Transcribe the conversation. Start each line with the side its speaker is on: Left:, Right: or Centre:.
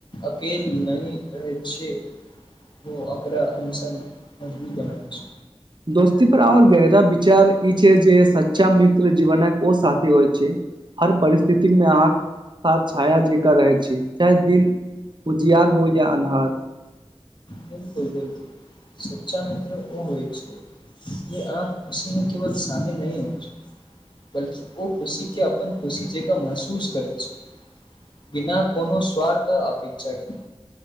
Left: अकेल नहिह रह छै ओ अकरा हमेशा मजबूत बनाब छै।
Right: दोस्ती पर आर गहरा विचार ई छै जे सच्चा मित्र जीवनक ओ साथी होइ छै हर परिस्थिति मे अहाँ साथ छाया जक रहै छी चाहे दिन। कुजियार हो या अन्हार
Left: बिलकुल बिलकुल सच्चा मित्र ओ होइ छै जे आ खुशी न केवल साम न होइ छै बल्कि ओ खुशी के अपनन खुशी जेक महसूस करै छै बिना कोनो स्वार्थ अपे्षा के